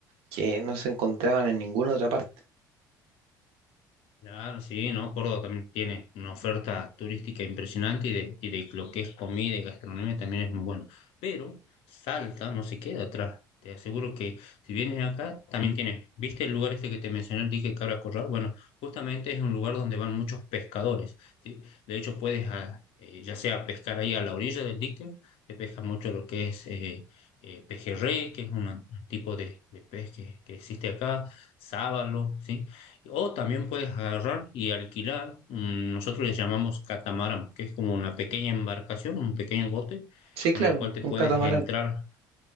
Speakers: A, on the right; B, on the left.
A: que no se encontraban en ninguna otra parte.
B: Claro, sí, ¿no? Córdoba también tiene una oferta turística impresionante y de, y de lo que es comida y gastronomía también es muy bueno. Pero Salta no se queda atrás. Te aseguro que si vienes acá, también tienes. ¿Viste el lugar este que te mencioné, el dique Cabra Corral? Bueno, justamente es un lugar donde van muchos pescadores, ¿sí? De hecho, puedes, ah, eh, ya sea pescar ahí a la orilla del dique, te pesca mucho lo que es eh, eh, pejerrey, que es una- un tipo de, de pez que, que existe acá, sábalo, ¿sí? O también puedes agarrar y alquilar, mm, nosotros les llamamos catamarán, que es como una pequeña embarcación, un pequeño bote
A: Sí, claro,
B: con el cual te
A: un
B: puedes
A: catamarán.
B: entrar